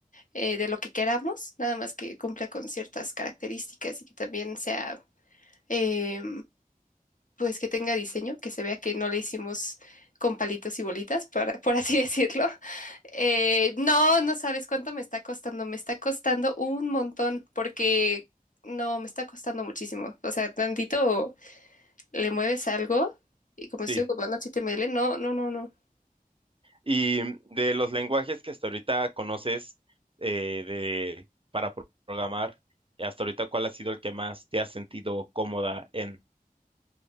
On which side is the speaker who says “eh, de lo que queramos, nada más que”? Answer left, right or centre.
Left